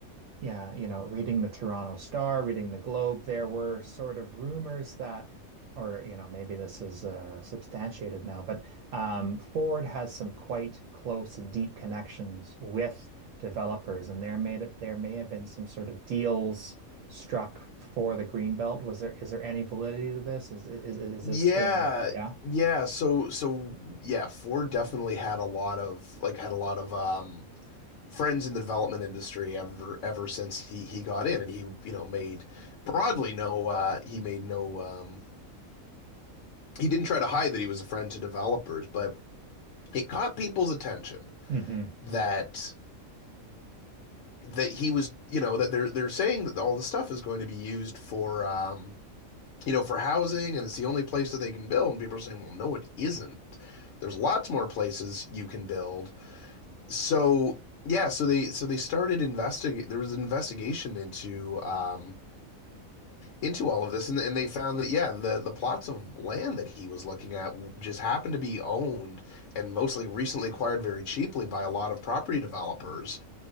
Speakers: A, on the right; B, on the left.
A: Yeah, you know, reading the Toronto Star, reading the Globe, there were sort of rumors that, or you know, maybe this is uh, substantiated now, but um, Ford has some quite close and deep connections with developers, and there may there may have been some sort of deals struck for the Greenbelt. Was there is there any validity to this? Is is is
B: yeah
A: this still? Yeah.
B: yeah so so yeah ford definitely had a lot of like had a lot of um friends in the development industry ever ever since he he got in and he you know made broadly no uh he made no um he didn't try to hide that he was a friend to developers but it caught people's attention
A: hmm
B: that that he was you know that they're they're saying that all the stuff is going to be used for um you know for housing and it's the only place that they can build and people are saying well no it isn't there's lots more places you can build so yeah so they so they started investig there was an investigation into um into all of this, and, and they found that yeah, the the plots of land that he was looking at just happened to be owned and mostly recently acquired very cheaply by a lot of property developers